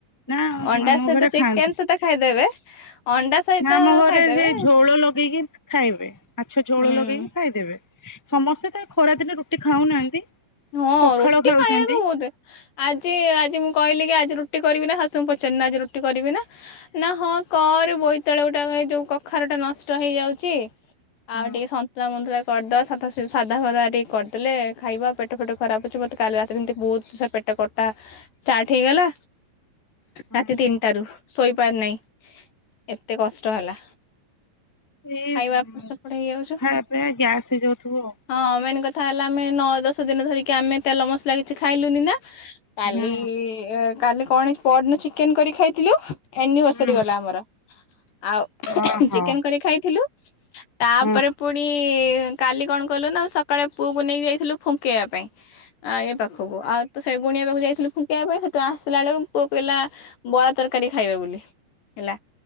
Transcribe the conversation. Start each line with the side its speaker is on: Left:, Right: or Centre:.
Centre: ନା
Left: ଅଣ୍ଡା
Centre: ଆମ
Left: ସହିତ
Centre: ଘରେ
Left: ଚିକେନ
Centre: ଖାଆନ୍ତି।
Left: ସହିତ ଖାଇଦେବେ ଅଣ୍ଡା ସହିତ
Centre: ନା ଆମ ଘରେ
Left: ଖାଇଦେବେ
Centre: ସେ ଝୋଳ ଲଗେଇକି ଖାଇବେ ମାଛ ଝୋଳ
Left: ହୁଁ
Centre: ଲଗେଇକି ଖାଇଦେବେ। ସମସ୍ତେ ତ ଖରା ଦିନେ ରୁଟି ଖାଉନାହାନ୍ତି।
Left: ହଁ
Centre: ପଖାଳ
Left: ରୁଟି
Centre: ଖାଉଛନ୍ତି।
Left: ଖାଇବାକୁ ବୋଧେ ଆଜି ଆଜି ମୁଁ କହିଲି କି ଆଜି ରୁଟି କରିବି ନା ଶାଶୁଙ୍କୁ ପଚାରି ନା ଆଜି ରୁଟି କରିବି ନା? ନା ହଁ କର ବୋଇତାଳୁ ଗୁଟା ଯୋଉ କଖାର ଟା ନଷ୍ଟ ହେଇଯାଉଛି।
Centre: ହଁ
Left: ଆଉ ଟିକେ ସନ୍ତୁଳା ମନ୍ତୁଳା କରିଦବା ସାଧା ଫାଧା ଟିକେ କରିଦେଲେ ଖାଇବା ପେଟ। ପେଟ ଫଟ ଖରାପ ଅଛି ମୋତେ କାଲି ରାତିରେ ଏମିତି ବହୁତ ପେଟ କଟା ଷ୍ଟାର୍ଟ ହେଇଗଲା।
Centre: ହଁ
Left: ରାତି
Centre: ହଁ
Left: ତିନିଟାରୁ ଶୋଇପାରି ନାହିଁ ଏତେ କଷ୍ଟ ହେଲା।
Centre: ଏଇମୁଁ
Left: ଖାଇବା ଏପଟ ସେପଟ ହେଇଯାଉଛୁ
Centre: ଖାଇବା ପିଇବା ଗ୍ୟାସ ହେଇ ଯାଉଥିବ ଆଉ
Left: ହଁ ମେନ୍ କଥା ହେଲା ଆମେ ନଅ ଦଶ ଦିନ ଧରିକି ଆମେ ତେଲ ମସଲା କିଛି ଖାଇଲୁନି ନା କାଲି
Centre: ହୁଁ
Left: ଏ କାଲି କଣ ପରଦିନ ଚିକେନ କରି ଖାଇଥିଲୁ। ଏନିଭର୍ସରୀ
Centre: ହୁଁ
Left: ଗଲା ଆମର। ଆଉ
Centre: ଓହୋ
Left: ଚିକେନ କରି ଖାଇଥିଲୁ ତାପରେ
Centre: ହଁ
Left: ପ ପୁଣି କାଲି କଣ କଲୁ ନା ସକାଳେ ପୁଅକୁ ନେଇକି ଯାଇଥିଲୁ ଫୁଙ୍କେଇବା ପାଇଁ। ଆ ଏ ପାଖକୁ ଆଉ ତ ସେ ଗୁଣିବାକୁ ଯାଇଥିଲୁ ଫୁଂକିବା ପାଇଁ ସେଠୁ ଆସିଲା ବେଳକୁ ପୁଅ କହିଲା ବରା ତରକାରୀ ଖାଇବେ ବୋଲି। ହେଲା